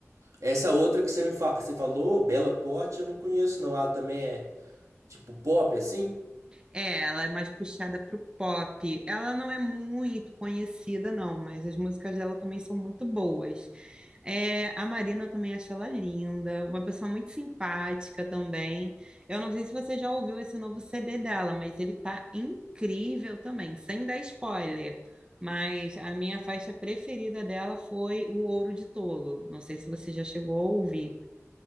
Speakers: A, on the right (about 85°); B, on the right (about 20°).
A: Essa outra que você me fa... você falou, Bela Porte, eu não conheço, não. Ela também é tipo pop, assim?
B: É, ela é mais puxada pro pop. Ela não é muito conhecida, não, mas as músicas dela também são muito boas. É, a Marina eu também acho ela linda, uma pessoa muito simpática também. Eu não sei se você já ouviu esse novo CD dela, mas ele tá incrível também, sem dar spoiler. Mas a minha faixa preferida dela foi O Ouro de Tolo. Não sei se você já chegou a ouvir.